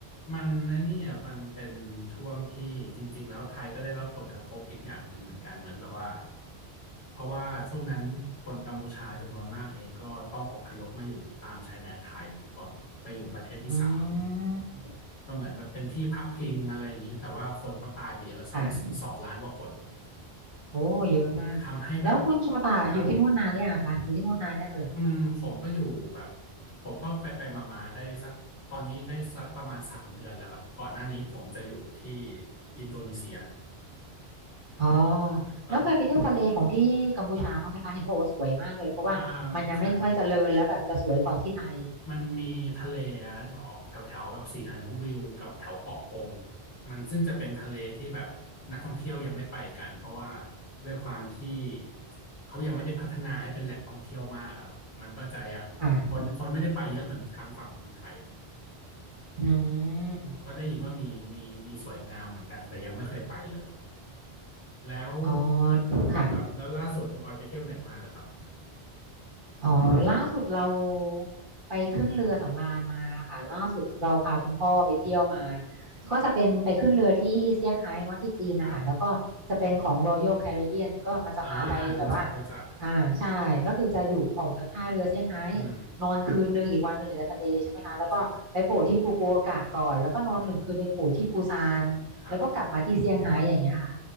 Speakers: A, on the left; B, on the right.
A: มันไอ้นี้อ่ะมันเป็นช่วงที่จริงๆแล้วไทยก็ได้รับผลกระทบอีกอย่างหนึ่งเหมือนกันเหมือนแบบว่าเพราะว่าช่วงนั้นคนกัมพูชาจำนวนมากเองก็ต้องอพยพมาอยู่ตามชายแดนไทยก่อนไปอยู่ประเทศที่สาม
B: อืม
A: ก็เหมือนแบบเป็นที่พักพิงอะไรอย่างนี้แต่ว่าคนเขาตายไปเยอะสองสองล้านกว่าคน
B: ค่ะโอ้เยอะมากแล้วคุณโชตาอยู่ที่นู่นนานหรือยังอะคะอยู่ที่นู่นนานยังเอ่ย
A: ทำให้แบบครับ อืมผมก็อยู่แบบผมก็ไปไปมามาๆได้สักตอนนี้ได้สักประมาณสามเดือนแล้วครับก่อนหน้านี้ผมจะอยู่ที่อินโดนีเซีย
B: อ๋อ
A: ก็
B: แล้วเคยไปเที่ยวทะเลของที่กัมพูชาบ้างไหมคะเห็นเขาบอกว่าสวยมากเลยเพราะว่ามันยังไม่ค่อยเจริญแล้วแบบจะสวยกว่าที่ไทย
A: อ่าใช่ครับมันมีทะเลอะออกแถวแถวแบบสีหานุวิวกับแถวเกาะกงมันซึ่งจะเป็นทะเลที่แบบนักท่องเที่ยวยังไม่ไปกันเพราะว่าด้วยความที่เขายังไม่ได้พัฒนาให้เป็นแหล่งท่องเที่ยวมากอะครับมันก็จะแบบคนคนไม่ได้ไปเยอะเหมือนทางฝั่งเมืองไทย
B: ค่ะอืม
A: ก็ได้ยินว่ามีมีมีสวยงามเหมือนกันแต่ยังไม่เคยไปเลยแล้ว
B: อ๋อค่ะ
A: ครับแล้วล่าสุดคุณออยไปเที่ยวไหนมาล่ะครับ
B: อ๋อล่าสุดเราไปขึ้นเรือสำราญมาค่ะล่าสุดเราพาคุณพ่อไปเที่ยวมาก็จะเป็นไปขึ้นเรือที่เซี่ยงไฮ้เนาะที่จีนนะคะแล้วก็จะเป็นของ
A: ครับ
B: Royal Caribbean ก็มันจะพาไปแบบว่า
A: อ่าอ่ารู้จักรู้จัก
B: อ่าใช่ก็คือจะอยู่ออกจากท่าเรือเซี่ยงไฮ้
A: อืม
B: นอนคืนหนึ่งอีกวันหนึ่งอยู่ในทะเลใช่ไหมคะแล้วก็ไปโผล่ที่ฟุกุโอกะก่อนแล้วก็นอนหนึ่งคืนไปโผล่ที่ปูซานแล้วก็กลับมาที่เซี่ยงไฮ้อย่างเงี้ยค่ะ
A: ครับอืมครับ